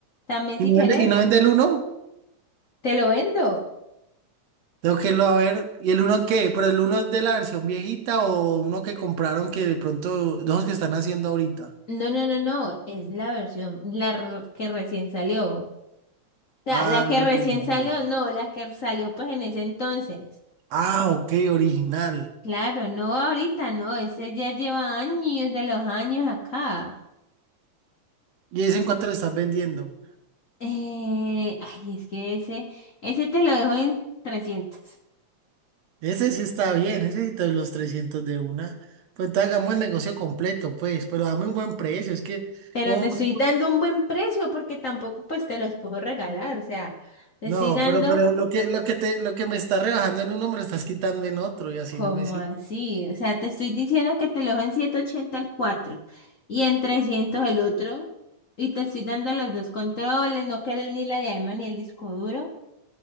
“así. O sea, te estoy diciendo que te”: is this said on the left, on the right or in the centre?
Left